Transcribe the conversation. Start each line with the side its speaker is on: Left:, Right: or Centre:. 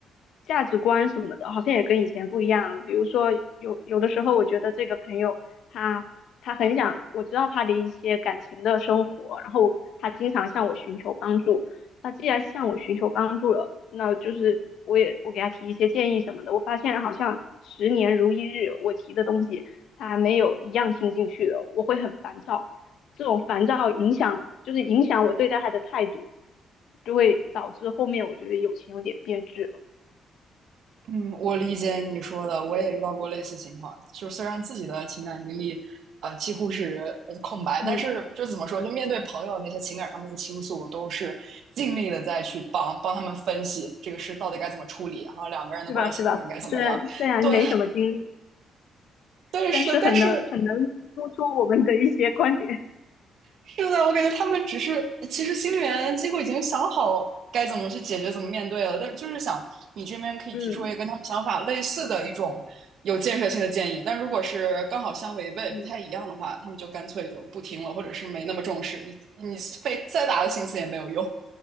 Left: 价值观什么的，好像也跟以前不一样。比如说，有有的时候，我觉得这个朋友他他很想，我知道他的一些感情的生活，然后他经常向我寻求帮助。那既然向我寻求帮助了，那就是我也我给他提一些建议什么的。我发现好像十年如一日，我提的东西。他没有一样听进去的，我会很烦躁。这种烦躁影响，就是影响我对待他的态度，就会导致后面我觉得友情有点变质了。
Right: 嗯，我理解你说的，我也遇到过类似情况。就是虽然自己的情感经历，呃，几乎是呃空白，
Left: 嗯，
Right: 但是就怎么说，就面对朋友那些情感上面的倾诉，我都是尽力的再去帮帮他们分析这个事到底该怎么处理，然后两个人的关系后面该怎么样。
Left: 是吧？是吧？虽然虽然没什么经历，
Right: 对，对，
Left: 但是很能很能说出我们的一些观点。
Right: 是的，但是是的，我感觉他们只是，其实心里面几乎已经想好该怎么去解决、怎么面对了，但就是想你这边可以提出一个跟他们想法类似的一种有建设性的建议，
Left: <laughs> 嗯
Right: 但如果是刚好相违背、
Left: 嗯。
Right: 不太一样的话，他们就干脆就不听了，或者是没那么重视，你费再大的心思也没有用